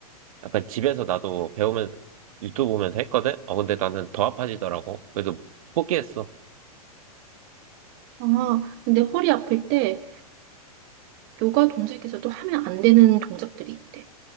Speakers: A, on the right (about 65°); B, on the right (about 45°).
A: 약간 집에서 나도 배우면서, 유튜브 보면서 했거든? 어, 근데 나는 더 아파지더라고. 그래서 포기했어.
B: 아, 근데 허리 아플 때 요가 동작에서도 하면 안 되는 동작들이 있대.